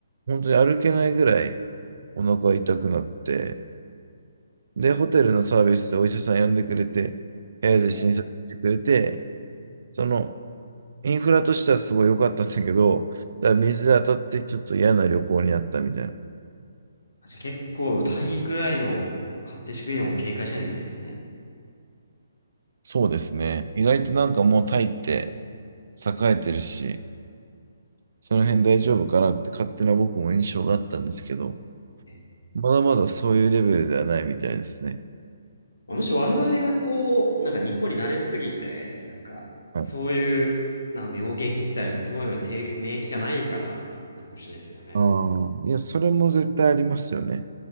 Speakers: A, on the right (about 60°); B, on the left (about 80°).
A: 本当に歩けないぐらいお腹痛くなって、で、ホテルのサービスでお医者さん呼んでくれて、部屋で診察してくれて、
B: ええ。
A: その、インフラとしてはすごい良かったんだけど、ただ水で当たってちょっと嫌な旅行になったみたいな。
B: あ、じゃあ結構、タイぐらいの発展してくるのを警戒しないといけないですね。
A: そうですね。意外となんかもうタイって栄えてるし、その辺大丈夫かなって勝手な僕も印象があったんですけど、
B: ええ
A: まだまだそういうレベルではないみたいですね。
B: まあむしろ我々がこう、なんか日本に慣れすぎて、なんか、
A: はい。
B: そういう、なんか病原菌って言ったらあれですけど、そういうのに抵免疫がないから、なのかもしれないですよね。
A: ああ、いや、それも絶対ありますよね。